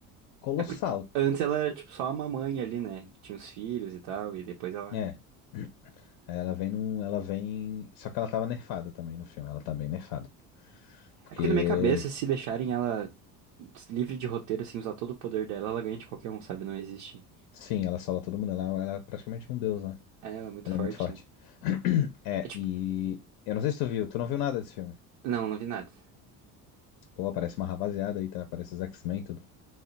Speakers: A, on the left (about 65°); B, on the right (about 85°).
A: colossal.
B: É porque antes ela era tipo só uma mãe ali, né? que Tinha os filhos e tal, e depois ela
A: É, aí ela vem num, ela vem, só que ela tava nerfada também no filme, ela tá bem nerfada. Porque,
B: É porque na minha cabeça, se deixarem ela livre de roteiro, assim, usar todo o poder dela, ela ganha de qualquer um, sabe? Não existe.
A: sim, ela sola todo mundo, ela, ela é praticamente um deus, né?
B: É, ela é muito
A: Ela
B: forte,
A: é muito forte.
B: né?
A: <clears throat> É,
B: É tipo,
A: e eu não sei se tu viu, tu não viu nada desse filme.
B: não, não vi nada.
A: Pô, aparece uma rapaziada aí, tá? Aparece os X-Men e tudo.